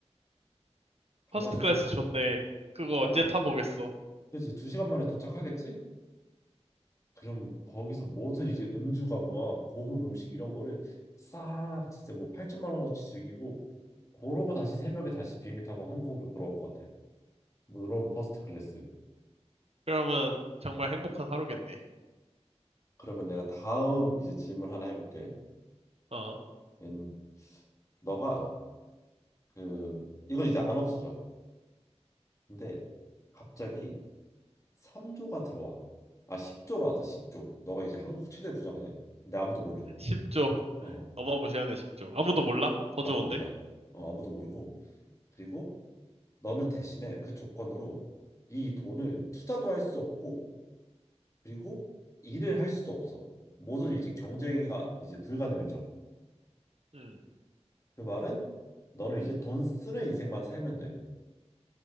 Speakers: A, on the left (about 25°); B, on the right (about 60°).
A: 가가지고
B: 퍼스트 클래스 좋네 그거
A: 딱
B: 언제 타보겠어
A: 그지 두 시간 만에 도착하겠지? 그럼 거기서 모든 이제 음주 가무와 고급 음식 이런 거를 싹 진짜 뭐 8천만 원어치 즐기고 그러고 다시 새벽에 다시 비행기 타고 한국으로 돌아올 것 같아. 물론 퍼스트 클래스.
B: 그러면 정말 행복한 하루겠네
A: 그러면 내가 다음 이제 질문 하나 해볼게.
B: 어
A: 음, 너가 그 이건 이제 안 없어져. 근데 갑자기 3조가 들어와. 아 10조로 하자. 10조. 너가 이제 한국 최대 부자가 돼. 근데 아무도 몰라.
B: 10조
A: 어,
B: 어마무시하네 10조 아무도 몰라? 더
A: 아무도
B: 좋은데?
A: 몰라. 어, 아무도 모르고. 그리고 너는 대신에 그 조건으로 이 돈을 투자도 할 수 없고 그리고 일을 할 수도 없어. 모든 이제 경쟁이가 이제 불가능해져.
B: 음
A: 그 말은 너는 이제 돈 쓰는 인생만 살면 돼.